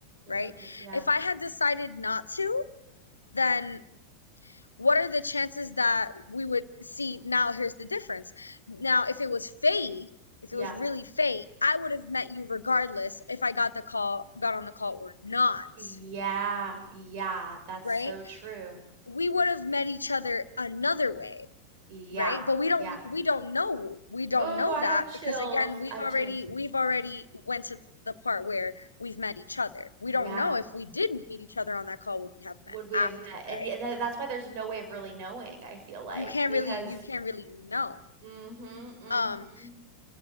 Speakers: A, on the right (about 45°); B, on the left (about 80°).
A: Ooh,
B: right?
A: yeah,
B: If I had decided not to, then what are the chances that we would see now here's the difference now if it was fate if
A: yeah,
B: it was really fate i would have met you regardless if i got the call got on the call or not
A: yeah, yeah. That's
B: right
A: so true.
B: we would have met each other another way
A: Yeah,
B: right but we
A: yeah.
B: don't we don't know we don't
A: Oh,
B: know
A: I
B: that
A: have chills.
B: because again we've
A: I have
B: already
A: chills.
B: we've already went to the part where we've met each other we
A: Yeah.
B: don't know if we didn't meet each other on that call would we have met
A: Would we
B: after
A: have met? And
B: right
A: y- tha- that's why there's no way of really knowing, I feel like,
B: you can't
A: because
B: really you can't really know
A: mm-hmm, mm-hmm.
B: um